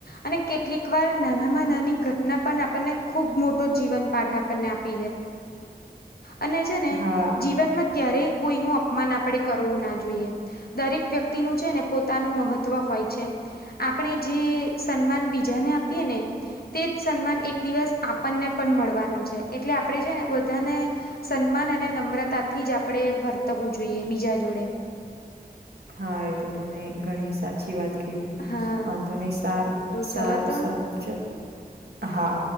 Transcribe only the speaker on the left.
અને કેટલીક વાર નાનામાં નાની ઘટના પણ, આપણને ખુબ મોટો જીવન પાઠ આપણને આપ અને છે ને,
જીવનમાં ક્યારેય કોઈ નું અપમાન આપણેે કરવું ના જોઈએ. દરેક વ્યક્તિનું છે, ને પોતાનું મહત્વ હોય છે, આપણે જે સન્માન બીજાને આપીએ ને, તે જ સન્માન એક દિવસ આપણને પણ મળવાનું છે. એટલે આપણે છે ને, બધાને સન્માન અને નમ્રતાથી જ આપણેે વર્તવવું જોઈએ, બીજા જોડે.
હા
ચાલો તો